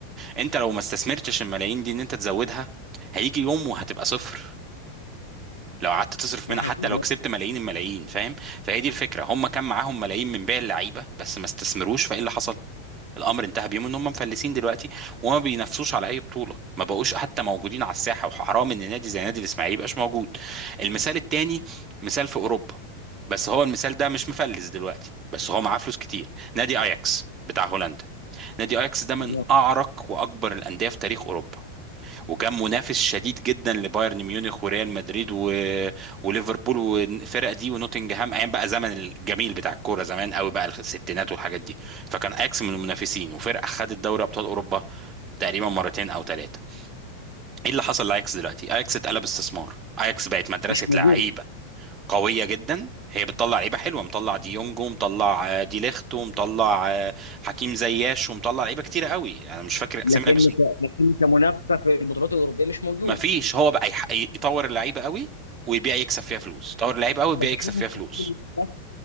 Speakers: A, on the right; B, on the left.
A: انت لو ما استثمرتش الملايين دي ان انت تزودها هيجي يوم وهتبقى صفر لو قعدت تصرف
B: ده
A: منها
B: حقيقي
A: حتى لو كسبت ملايين الملايين فاهم فهي دي الفكره هم كان معاهم ملايين من بيع اللعيبه بس ما استثمروش فايه اللي حصل الامر انتهى بيهم ان هم مفلسين دلوقتي وما بينافسوش على اي بطوله ما بقوش حتى موجودين على الساحه وحرام ان نادي زي نادي الاسماعيلي يبقاش موجود المثال التاني مثال في اوروبا بس هو المثال ده مش مفلس دلوقتي بس هو معاه فلوس كتير نادي اياكس بتاع هولندا نادي اياكس ده من
B: اه.
A: اعرق واكبر الانديه في تاريخ اوروبا وكان منافس شديد جدا لبايرن ميونخ وريال مدريد و... وليفربول والفرق دي ونوتنجهام ايام بقى زمن الجميل بتاع الكوره زمان قوي بقى الستينات والحاجات دي فكان اياكس من المنافسين وفرقه خدت دوري ابطال اوروبا تقريبا مرتين او ثلاثه ايه اللي حصل لاياكس دلوقتي اياكس اتقلب استثمار اياكس بقت مدرسه
B: مش موجود
A: لعيبه قويه جدا هي بتطلع لعيبه حلوه مطلع ديونج ومطلع آه، دي ليخت ومطلع آه، حكيم زياش ومطلع لعيبه كتيره قوي انا مش فاكر
B: لكن
A: اسامي لعيبه
B: ك- لكن كمنافسه في البطولات الاوروبيه مش موجود
A: ما فيش هو بقى يح- يطور اللعيبه قوي ويبيع يكسب فيها فلوس يطور اللعيبه قوي ويبيع
B: بشوف
A: يكسب فيها
B: إن
A: فلوس
B: معاك-